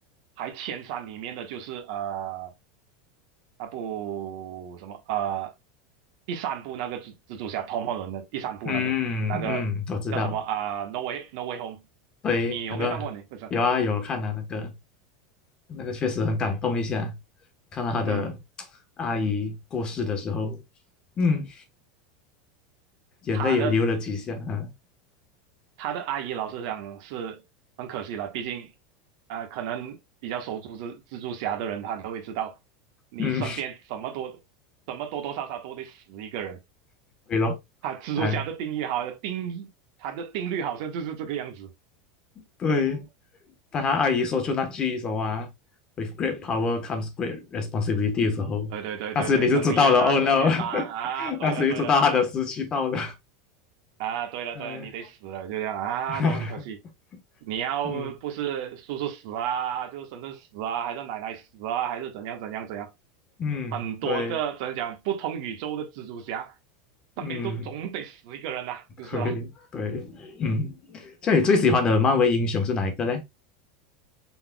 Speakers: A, on the right; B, on the left.
A: 还前三里面的就是呃那部什么呃第三部那个蜘蜘蛛侠 Tom Holland 的第三部那个那个叫什么啊、
B: 嗯嗯，我知道，
A: No Way No Way Home，
B: 对，
A: 你有没有看过你？
B: 那个有啊有看啊那个。
A: 不是，
B: 那个确实很感动一下，看到他的
A: 嗯，
B: <tsk> 阿姨过世的时候，嗯，眼泪也流了几下，
A: 他的
B: 嗯
A: 他的阿姨老实讲是很可惜了，毕竟啊、呃可能比较熟知蜘蜘蛛侠的人，他都会知道你身边怎么多怎么多多少少都得死一个人。
B: 嗯，对咯，
A: 他蜘蛛侠的定义好像定义，
B: 哎，
A: 他的定律好像就是这个样子。<laughs>
B: 对，当他阿姨说出那句什么 w i t h great power comes great responsibility” 的时候，
A: 对对对对对，
B: 那时你就知道了，Oh
A: 能力越大，责任越大啊！
B: no，<laughs>
A: 对了对了对了。
B: 那时你知道他的时期到了，
A: 啊，对了对了，
B: 哎，
A: 你得死了，就这样啊，
B: <laughs>
A: 都很可惜。你要不是叔叔死啊，
B: 嗯
A: 就是婶婶死啊，还是奶奶死啊，还是怎样怎样怎样，
B: 嗯，
A: 很多个怎样讲不同宇宙的蜘蛛侠，
B: 对，
A: 身边都总得死一个人呐、
B: 嗯
A: 就是了。
B: 对对，嗯，这里最喜欢的漫威英雄是哪一个嘞？